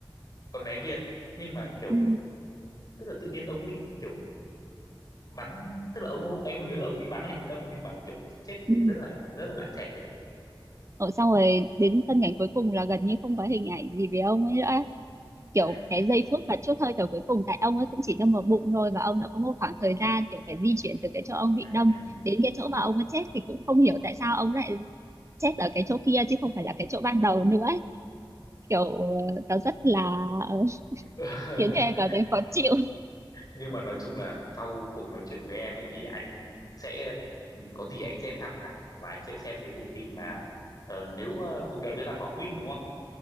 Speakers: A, on the left; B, on the right.
A: con bé kia nhưng mà kiểu
B: ừ,
A: tức là tự nhiên ông bị kiểu bắn tức là ông anh không nhớ là ông bị bắn hay bị đâm nhưng mà kiểu chết kiểu
B: ừ.
A: rất là rất là lãng xẹt đấy
B: Ủa, xong rồi đến phân cảnh cuối cùng là gần như không có hình ảnh gì về ông ấy nữa kiểu
A: ừ
B: cái giây phút mà chút hơi thở cuối cùng tại ông ấy cũng chỉ đâm vào bụng thôi và ông đã có một khoảng thời gian kiểu phải di chuyển từ cái chỗ ông bị
A: ừ
B: đâm
A: ừ
B: đến cái chỗ mà ông ấy chết thì cũng không hiểu tại sao ông lại chết ở cái chỗ kia chứ không phải là cái chỗ ban đầu nữa ấy. kiểu ờ, nó rất là ờ,
A: ừ <laughs>
B: khiến cho em cảm thấy khó chịu
A: nhưng mà nói chung là sau cuộc nói chuyện với em ấy thì anh sẽ ừ, có gì anh sẽ tham khảo và anh sẽ xem cái bộ phim mà ờ, nếu ờ, cuộc đời chúng ta có quýt đúng không